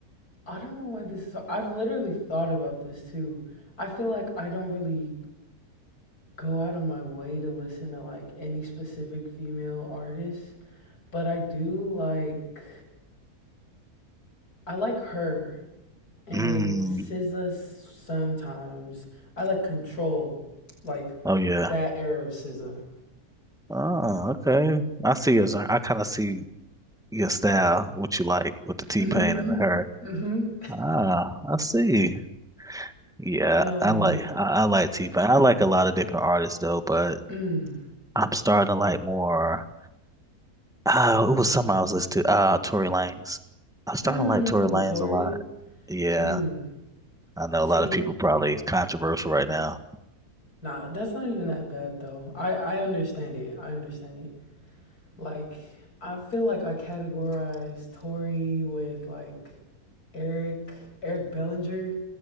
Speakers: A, on the left; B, in the centre.
A: I don't know why this is so, I've literally thought about this too. I feel like I don't really go out of my way to listen to like any specific female artist, but I do like I like her and
B: Mm.
A: SZA sometimes. I like Control, like
B: Oh yeah.
A: that era of SZA.
B: Oh, okay. I see your genre. I kind of see your style, what you like with the T-Pain
A: Mhm.
B: and the her.
A: Mhm. mhm.
B: Ah, I see. Yeah,
A: <laughs> um.
B: I like I, I like T-Pain. I like a lot of different artists though, but
A: Mm,
B: I'm starting to like more. Oh, it was something I was listening to. Ah, Tory Lanez. I'm starting
A: mm,
B: to like Tory Lanez
A: Tori.
B: a lot. Yeah,
A: Mm.
B: I know
A: See,
B: a lot of people probably controversial right now.
A: nah, that's not even that bad though. I I understand it. I understand it. Like, I feel like I categorize Tory with like Eric, Eric Bellinger,